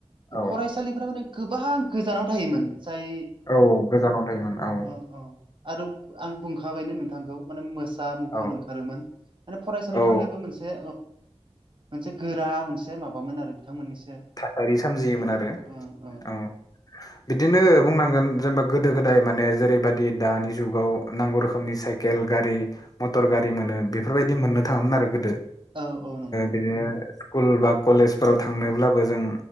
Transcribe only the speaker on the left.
औ
औ गोजानाव थायोमोन औ
औ
औ
थासारि सोमजियोमोन
आरो
औ बिदिनो बुंनांगोन जेनेबा गोदो गोदाय माने जेरैबादि दानि जुगाव नांगौ रोखोमनि स केेल गारि मटर गारि मोनो बेफोरबायदि मोननो थाङोमोन आरो गोदो
बिदिनो स्कुल बा कलेजफोराव थांनोब्ला जों